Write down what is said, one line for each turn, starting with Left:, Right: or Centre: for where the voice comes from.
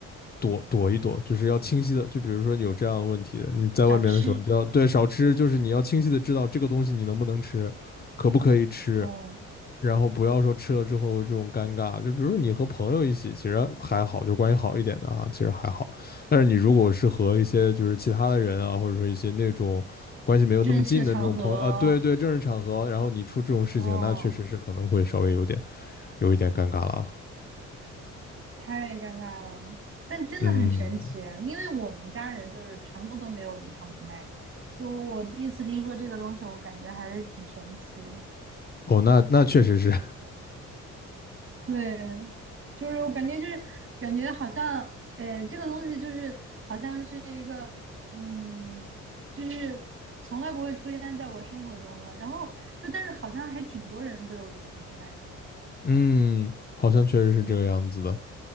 Left: 躲躲一躲，就是要清晰的。就比如说你有这样的问题的，你在外面的时候，
Right: 少吃
Left: 你就要对少吃，就是你要清晰的知道这个东西你能不能吃，可不可以吃，
Right: 哦，
Left: 然后不要说吃了之后这种尴尬，就比如说你和朋友一起，其实还好，就关系好一点的啊，其实还好。但是你如果是和一些就是其他的人啊，或者说一些那种关系没有那么近的这种朋友啊，
Right: 正式场合
Left: 对对，正式场合，然后你出这种事情，
Right: 哦。
Left: 那确实是可能会稍微有点有一点尴尬了啊。
Right: 太尴尬了，但真的很神奇，
Left: 嗯，
Right: 因为我们家人就是全部都没有乳糖不耐，就我第一次听说这个东西，我感觉还是挺神奇的。
Left: 哦，那那确实是，
Right: 对，就是我感觉就是感觉好像，呃，这个东西就是好像是一个，嗯，就是从来不会出现在我生活中的。然后就但是好像还挺多人都有乳糖不耐。
Left: <laughs> 嗯，好像确实是这个样子的。
Right: 嗯